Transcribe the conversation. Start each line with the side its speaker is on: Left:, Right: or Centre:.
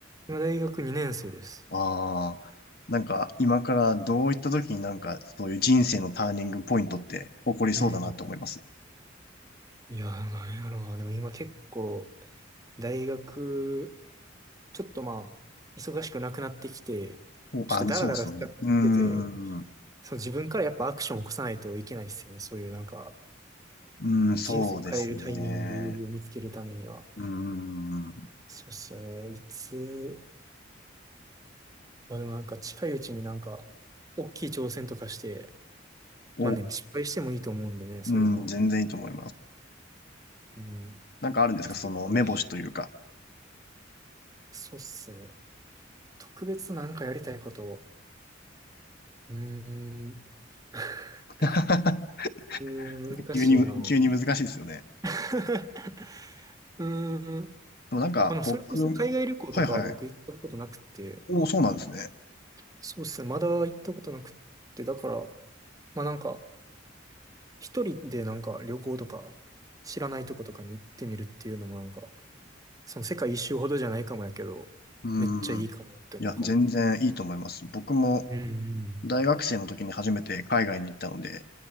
Right: 今、大学2年生です。
Left: ああ、なんか今からどういった時になんかそういう人生のターニングポイントって起こりそうだなと思います。
Right: うん。いやー、なんやろな。でも今結構、大学、ちょっとまあ、忙しくなくなってきて、
Left: お、
Right: ちょっとダラダラしちゃってて、
Left: あ、そうですよね。うーん、う
Right: その自分からやっぱアクションを起こさないといけないっすよね。そういうなんか、
Left: ーん、そうですね。
Right: 人生を変えるタイミングを見つけるためには、
Left: うーん、
Right: そうっすよね。いつ、まあでもなんか近いうちになんか、大きい挑戦とかして、
Left: お、
Right: まあね、
Left: う
Right: 失敗してもいいと思うんでね、そういうのは。
Left: ーん、全然いいと思います。
Right: うん。
Left: なんかあるんですか、
Right: 世界一周
Left: その目星というか。
Right: そうっすね。特別なんかやりたいことを。うーん。<laughs> う
Left: <laughs>
Right: ーん、難しいな。
Left: 急に、急に難しいですよね。
Right: <laughs> うーん。
Left: でもなんか僕、
Right: あの、それこそ海外旅行とかは僕行ったことなくて、
Left: はいはい。お、そうなんですね。
Right: そうっすね。まだ行ったことなくって、だから、まあなんか、一人でなんか旅行とか、知らないとことかに行ってみるっていうのもなんか、その世界一周ほどじゃないかもやけど、
Left: うん。
Right: めっちゃいいかもって思うかも。
Left: いや、全然いいと思います。僕も
Right: うん
Left: 大学生の時に初めて海外に行ったので、